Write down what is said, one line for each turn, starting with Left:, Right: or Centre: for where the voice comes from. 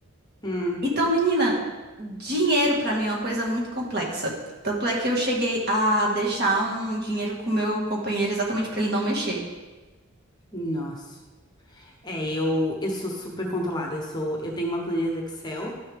Left: Hum,
Right: Então, menina, dinheiro pra mim é uma coisa muito complexa. Tanto é que eu cheguei a deixar um dinheiro com o meu companheiro exatamente pra ele não mexer.
Left: nossa. É, eu, eu sou super controlada. Eu sou, eu tenho uma planilha do Excel